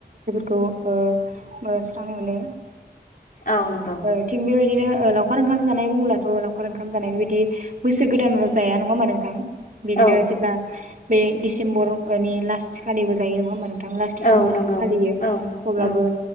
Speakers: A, on the right; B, on the left.
A: खौ ओ ओ स्रां मोनो।
B: औ नंगौ
A: औ थिग बेबायदिनो। ओ लावखार ओंखाम जानाय बुङोब्लाथ' लावखार ओंखाम जानाया बिदि बोसोर गोदानल' जाया नङा होमबा नोंथां? बिदिनो
B: औ
A: जेब्ला बे डिसेम्बर नि लास खालिबो जायो नंङा होमबा नों थां लास्ट दिसेम्बर
B: औ नंगौ
A: सिम फालियो
B: औ
A: अब्लाबो
B: औ